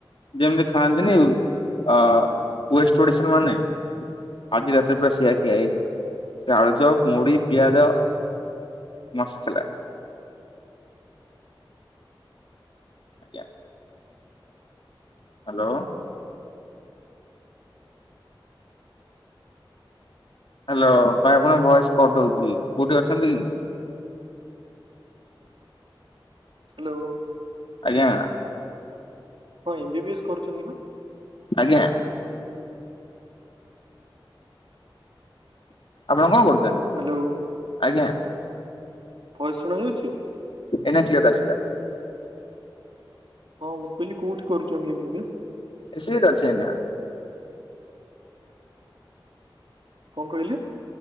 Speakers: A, on the left; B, on the right.
A: ଯେମିତି ଖାଆନ୍ତିନି ୱେଷ୍ଟ ଓଡିଶନ୍ ମାନେ। ଆଜି ରାତିରେ ପୁରା ସେଆ ଖିଆହେଇଛି। ସେ ଆଳୁଚପ ମୁଢି ପିଆଜ ମସ୍ତ୍ ଲାଗେ। ଆଜ୍ଞା। ହ୍ୟାଲୋ। ହ୍ୟାଲୋ ଭାଇ ଆପଣଙ୍କ ଭଏସ କଟୁଚି କୋଉଠି ଅଛନ୍ତି କି?
B: ହ୍ୟାଲୋ।
A: ଆଜ୍ଞା।
B: ହଁ ଏମ୍ ବି ବି ଏସ୍ କରୁଛନ୍ତି ନା।
A: ଆଜ୍ଞା। ଆପଣ କଣ କରୁଛନ୍ତି?
B: ହ୍ୟାଲୋ।
A: ଆଜ୍ଞା।
B: ଭଏସ ଶୁଣା ଯାଉଛି <unintelligible>
A: ଏଇନା କ୍ଲିୟର ଆସିଲା।
B: ହଁ ମୁଁ କହିଲି କୋଉଠି କରୁଛନ୍ତି M B B S
A: A C B ରେ ଅଛି ଏନା।
B: କଣ କହିଲେ।